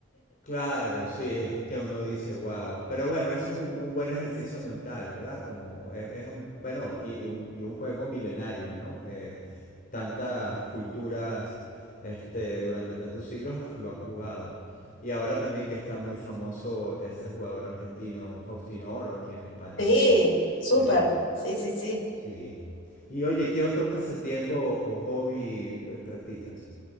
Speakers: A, on the left; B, on the left.
A: Claro, sí, es que uno dice, wow. Pero bueno, eso es un, un buen ejercicio mental, ¿verdad? Como e- es, un, bueno, y, y un, y un juego milenario, ¿no? Que tantas culturas, este, durante tantos siglos lo han jugado. Y ahora también que está muy famoso ese jugador argentino, Faustino Oro, aquí en España.
B: Sí, súper.
A: Eh,
B: Sí, sí, sí.
A: sí. Y oye, ¿qué otro pasatiempo o hobby eh, practicas?